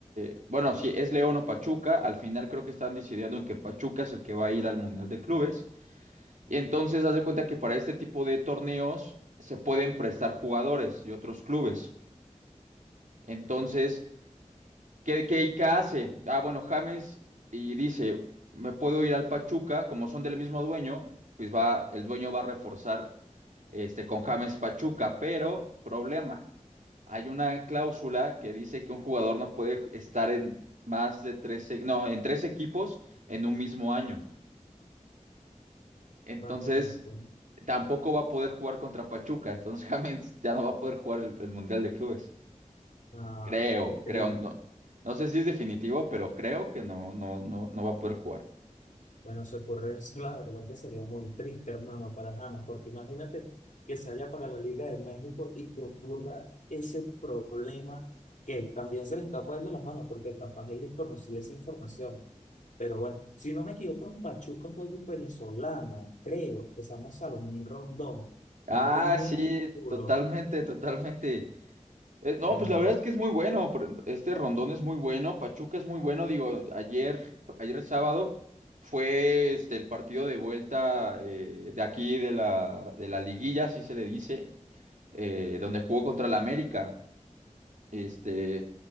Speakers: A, on the right; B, on the left.
A: eh, bueno, si es León o Pachuca, al final creo que están decidiendo en que Pachuca es el que va a ir al Mundial de Clubes. Y entonces haz de cuenta que para este tipo de torneos se pueden prestar jugadores y otros clubes. Entonces,
B: pues,
A: ¿Qué, qué, qué hace? Ah, bueno, James y dice, me puedo ir al Pachuca, como son del mismo dueño, pues va, el dueño va a reforzar este, con James Pachuca, pero problema, hay una cláusula que dice que un jugador no puede estar en más de tres, e- no, en tres equipos en un mismo año. Entonces,
B: imagínate.
A: tampoco va a poder jugar contra Pachuca, entonces <laughs> James ya no va a poder jugar el el Mundial de Clubes.
B: Ah,
A: Creo,
B: qué triste.
A: creo, no, no sé si es definitivo, pero creo que no, no, no, no va a poder jugar.
B: Bueno, se ocurre eso, la verdad que sería muy triste, hermano, para James, porque imagínate que se haya para la Liga de México y que ocurra ese problema que también se le está poniendo las manos, porque capaz él desconocía esa información. Pero bueno, si no me equivoco, en Pachuca fue un venezolano, creo, que se llama Salomón Rondón.
A: Ah,
B: No estoy muy
A: sí,
B: seguro.
A: totalmente, totalmente. Eh, no,
B: Ah,
A: pues la verdad es que es muy bueno. por- Este Rondón es muy bueno, Pachuca es muy bueno. Digo, ayer, ayer es sábado fue este el partido de vuelta eh, de aquí de la, de la liguilla, así se le dice, eh, donde jugó contra el América. Este,